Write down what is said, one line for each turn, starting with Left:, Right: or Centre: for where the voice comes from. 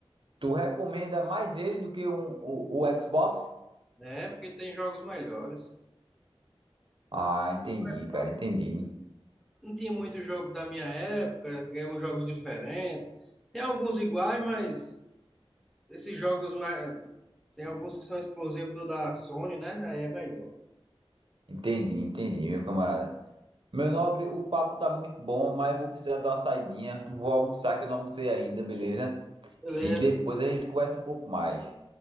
Right: Tu recomenda mais ele do que um, o, o Xbox?
Centre: né? Porque tem jogos melhores.
Right: Ah, entendi,
Centre: Xbox
Right: cara, entendi.
Centre: Não tinha muito jogo da minha época, eram jogos diferentes. Tem alguns iguais, mas esses jogos mais... tem alguns que são exclusivos do da Sony, né? Aí é melhor.
Right: Entendi, entendi, meu camarada. Meu nobre, o papo tá muito bom, mas eu vou precisar dar uma saidinha. Vou almoçar que eu não almocei ainda, beleza?
Centre: Beleza,
Right: E depois a gente conversa um pouco mais.